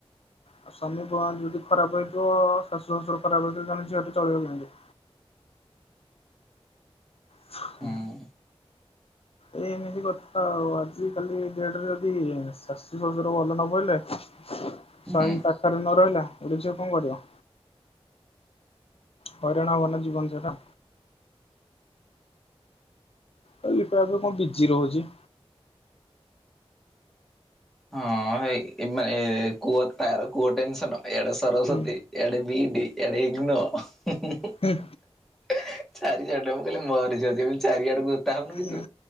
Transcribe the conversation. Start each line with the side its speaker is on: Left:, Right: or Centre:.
Left: ଆଉ ସ୍ୱାମୀ କଣ ଯେମିତି ଖରାପ ହେଇଥିବ, ଶାଶୁ ଶ୍ୱଶୁର ଖରାପ ହେଇଥିବ ଜଣେ ଝିଅ ଟି ଚଳିବ କେମିତି? <unintelligible> <inaudible>
Centre: ହୁଁ
Left: ଏଇ ଏମିତି କଥା ଆଉ ଆଜି କାଲି ଡେଟରେ ଯଦି ଶାଶୁ ଶଶୁର ଭଲ ନ ପଇଲେ <inaudible> ସ୍ୱାମୀ
Centre: ହୁଁ।
Left: ପାଖରେ ନ ରହିଲା, ଗୋଟେ ଝିଅ କଣ କରିବ? ହଇରାଣ ହବ ନା ଜୀବନ ସାରା <unintelligible> କଣ ବିଜି ରହୁଛି।
Centre: ହଁ, ହେଇ ମାନେ କୁଅ ତାର କୁଅ ଟେନସନ ଏଇଆଡେ ସରସ୍ଵତୀ
Left: ହୁଁ
Centre: ଏଆଡେ ବିଇଡି, ଏଆଡ଼େ ଇଗ୍ନ ହୁଁ
Left: ହୁଁ-
Centre: ଇ, ଚାରି ଆଡ଼, ମୁଁ କହିଲ ମରିଯିବ ଯେମିତି ଚାରିଆଡକୁ ଓତା ହଉନୁ
Left: ହୁଁ-
Centre: କି ତୁ।